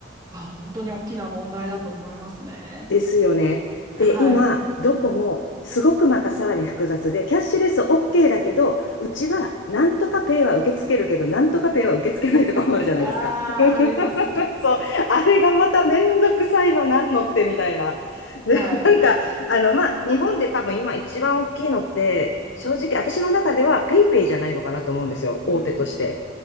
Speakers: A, on the right; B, on the left.
A: あ、本当に大きな問題だと思いますね。
B: ですよね。で、
A: はい。
B: 今、どこもすごくまたさらに複雑で、キャッシュレス OK だけど、うちはなんとかペイは受け付けるけど、なんとかペイは受け付けないとかもあるじゃないですか。
A: ああ、
B: <laughs>
A: あります。
B: そう、あれがまためんどくさいのなんのってみたいな。で、
A: はい。
B: なんか、あの、まあ、日本で多分今一番大きいのって、正直私の中ではペイペイじゃないのかなと思うんですよ、
A: うん、
B: 大手として。